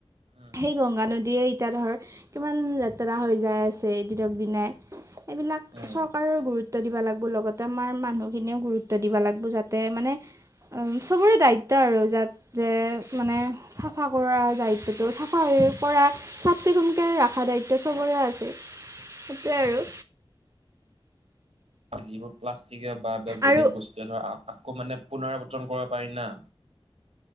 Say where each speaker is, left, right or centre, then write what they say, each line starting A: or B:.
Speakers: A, on the right; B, on the right.
A: উম,
B: সেই গংগা নদীয়ে এতিয়া ধৰ কিমান লেতেৰা হৈ যায় আছে দিনক দিনে এইবিলাক
A: উম।
B: চৰকাৰৰ গুৰুত্ব গুৰুত্ব দিবা লাগিব লগতে আমাৰ মানুহখিনিয়ও গুৰুত্ব দিবা লাগিব যাতে মানে চবৰে দায়িত্ব আৰু যাতে মানে চাফা কৰাৰ দায়িত্বটো চাফা হৈ কৰা চাফ চিকুণকৈ ৰখা দায়িত্ব চবৰে আছে। সেইটোৱে আৰু
A: যিবোৰ প্লাষ্টিকে বা বেলেগ
B: আৰু
A: বস্তু ধৰ আকৌ মানে পুনৰাবৰ্তন কৰিব পাৰি না।